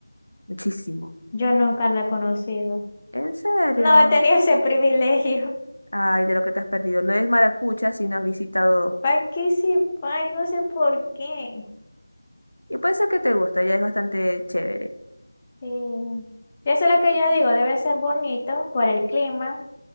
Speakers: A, on the left; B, on the left.
A: Muchísimo.
B: Yo nunca lo he conocido.
A: ¿En serio?
B: No he tenido ese privilegio.
A: Ay, de lo que te has perdido. No es maracucha si no has visitado.
B: ¿Para qué sí? Ay, no sé por qué.
A: Y puede ser que te guste, ya es bastante chévere.
B: Sí. Y Eso es lo que yo digo, debe ser bonito por el clima